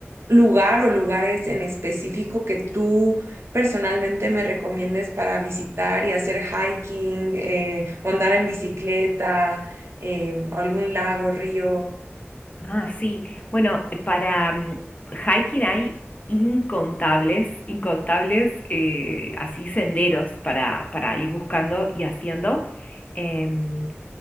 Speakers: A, on the right; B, on the left.
A: lugar o lugares en específico que tú personalmente me recomiendes para visitar y hacer hiking eh, o andar en bicicleta, eh, algún lago, río?
B: Ah, sí. Bueno, eh, para mm, hiking hay incontables, incontables eh, así senderos para, para ir buscando y haciendo. Em,